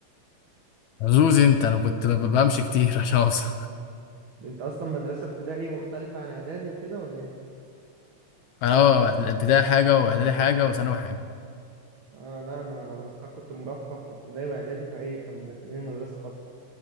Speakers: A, on the left; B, on the right.
A: عزوز انت انا كنت ب- ب- بمشي كتير <laughs> عشان اوصل
B: انت اصلا مدرسه ابتدائي مختلفه عن اعدادي وكده ولا ايه
A: انا اه، الابتدائي حاجه واعدادي حاجه وثانوي حاجه
B: اه لا انا اصلا كنت مرفه في ابتدائي واعدادي فايه كانوا مدخلين مدرسه خاصه